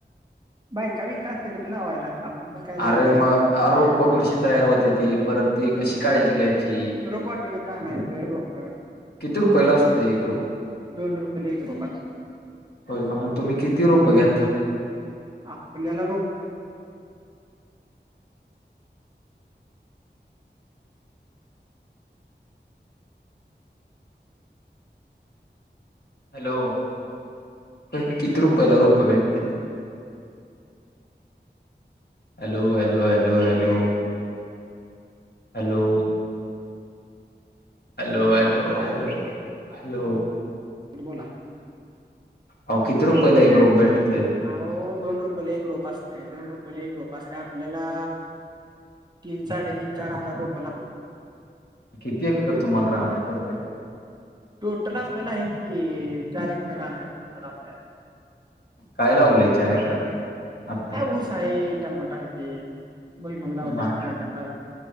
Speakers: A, on the right; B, on the left.
A: बायका बिका असत्यात रे लावायला. पण काय लई
B: आ रे
A: काय
B: मग
A: करत
B: रोप कशी तयार होतेती. परत ती कशी काळजी घ्यायची.
A: रोपवाटीका तन अनायचं रोप.
B: किती रुपायाला असते एक रोप.
A: दोन रुपये ला एक रोपं असतंय.
B: व्हय काय मग तुम्ही किती रोप घेता.
A: आपल्याला रोपं.
B: हॅलो किती रुपयला रोप भेटत्याती. Hello hello hello hello. Hello. Hello hello hello hello.
A: <unintelligible> बोला.
B: आहो किती रुपयेला एक रोप भेटते.
A: आओ दोन रुपयाला एक रोप असत्या. दोन रुपयाला एक रोप असत्या आपल्याला. तीन साडेतीन चार हजार रोप लागतात.
B: किती एकर तुम्हाला रान आहे टोटल.
A: टोटल आपल्याला हाय की चार एकर रान आहे टोटल आपल्याला.
B: काय लावलंय चार एकरात. आता
A: काय ऊस आहे. टमाटो हायती भुई मूग लावले
B: मा
A: सोयाबीन लावले.